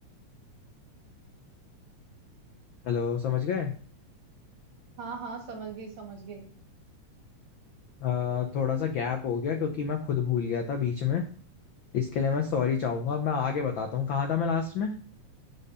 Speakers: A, on the left; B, on the right.
A: हेलो समझ गए
B: हाँ हाँ समझ गई समझ गई
A: अ, थोड़ा सा गैप हो गया क्योंकि मैं खुद भूल गया था बीच में इसके लिए मैं सॉरी चाहूंगा अब मैं आगे बताता हूँ कहाँ था मैं लास्ट में